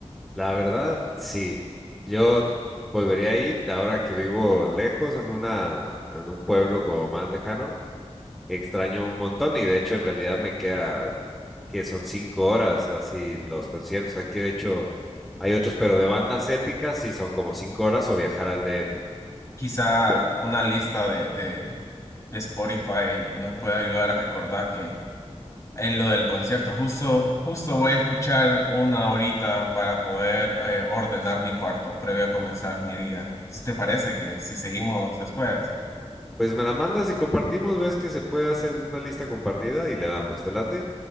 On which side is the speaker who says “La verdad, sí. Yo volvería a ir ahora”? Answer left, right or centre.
Centre